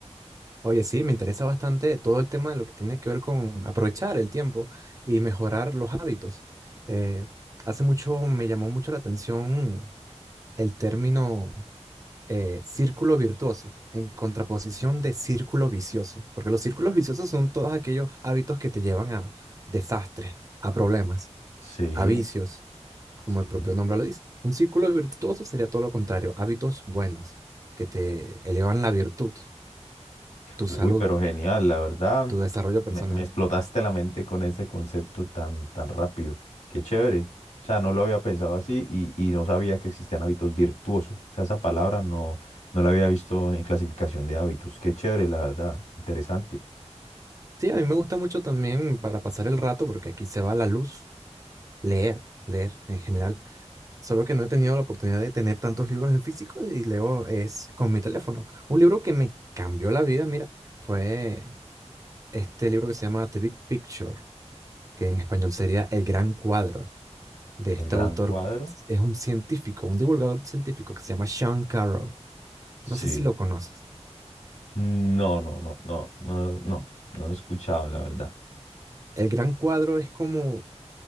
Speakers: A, on the right (about 30°); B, on the left (about 80°).
A: Oye, sí, me interesa bastante todo el tema de lo que tiene que ver con aprovechar el tiempo y mejorar los hábitos. Eh, hace mucho me llamó mucho la atención el término eh, círculo virtuoso en contraposición de círculo vicioso, porque los círculos viciosos son todos aquellos hábitos que te llevan a desastres, a problemas,
B: Sí,
A: a vicios,
B: sí.
A: como el propio nombre lo dice. Un círculo virtuoso sería todo lo contrario, hábitos buenos que te elevan la virtud, tu
B: Uy,
A: salud,
B: pero genial, la verdad,
A: tu desarrollo personal.
B: me, me explotaste la mente con ese concepto tan, tan rápido. Qué chévere. O sea, no lo había pensado así y, y no sabía que existían hábitos virtuosos. O sea, esa palabra no, no la había visto en clasificación de hábitos. Qué chévere, la verdad. Interesante.
A: Sí, a mí me gusta mucho también para pasar el rato, porque aquí se va la luz, leer, leer en general. Solo que no he tenido la oportunidad de tener tantos libros en físico y leo es con mi teléfono. Un libro que me cambió la vida, mira, fue este libro que se llama The Big Picture, que en español sería El Gran Cuadro, de este
B: El gran
A: autor.
B: cuadro.
A: Es un científico, un divulgador científico que se llama Sean Carroll.
B: Sí.
A: No sé si lo conoces.
B: No, no, no, no, no, no, no lo he escuchado, la verdad.
A: El Gran Cuadro es como